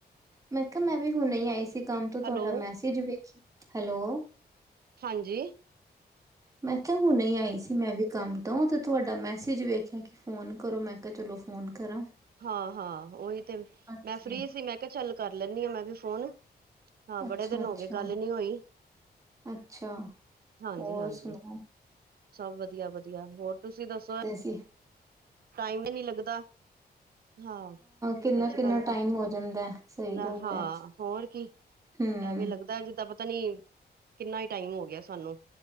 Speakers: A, on the right (about 20°); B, on the right (about 65°).
A: ਮੈਂ ਕਿਹਾ, ਮੈਂ ਵੀ ਹੁਣੇ ਆਈ ਸੀ ਕੰਮ ਤੋਂ, ਤੁਹਾਡਾ
B: ਹੈਲੋ
A: ਮੈਸੇਜ ਵੇਖ, ਹੈਲੋ
B: ਹਾਂਜੀ।
A: ਮੈਂ ਕਿਹਾ, ਹੁਣੇ ਆਈ ਸੀ ਮੈਂ ਵੀ। ਕੰਮ ਤੋਂ ਤੇ ਤੁਹਾਡਾ, ਮੈਸੇਜ ਵੇਖਿਆ ਕ ਫੋਨ ਕਰੋ, ਮੈਂ ਕਿਹਾ, ਚਲੋ ਫੋਨ ਕਰਾਂ।
B: ਹਾਂ-ਹਾਂ ਉਹੀ ਤੇ ਮੈਂ
A: ਹਾਂਜੀ।
B: ਫ੍ਰਰੀ ਸੀ, ਮੈਂ ਕਿਹਾ ਚੱਲ ਕਰ ਲੈਂਨੀ ਆ ਮੈਂ ਵੀ ਫੋਨ। ਹਾਂ, ਬੜੇ
A: ਅੱਛਾ,
B: ਦਿਨ
A: ਅੱਛਾ,
B: ਹੋ ਗਏ ਗੱਲ ਨੀ ਹੋਈ,
A: ਅੱਛਾ
B: ਹਾਂਜੀ-ਹਾਂਜੀ।
A: ਹੋਰ ਸੁਣਾਓ
B: ਸਭ ਵਧੀਆ-ਵਧੀਆ ਹੋਰ ਤੁਸੀਂ ਦੱਸੋ?
A: ਸੀ‌।
B: ਟਾਈਮ ਏ ਨੀ ਲੱਗਦਾ। ਹਾਂ
A: ਕਿੰਨਾ,
B: ਅੱਜ-ਕੱਲ
A: ਕਿੰਨਾ ਟਾਈਮ
B: ਤੇ,
A: ਹੋ ਜਾਂਦਾ ਹੈ, ਸਹੀ
B: ਲੈ
A: ਗੱਲ
B: ਹਾਂ
A: ਹੈ।
B: ਹੋਰ ਕੀ।
A: ਹੂੰ
B: ਐਵੇਂ ਲੱਗਦਾ ਜਿੱਦਾਂ ਪਤਾ ਨੀ ਕਿੰਨਾ ਈ ਟਾਈਮ ਹੋ ਗਿਆ ਸਾਨੂੰ।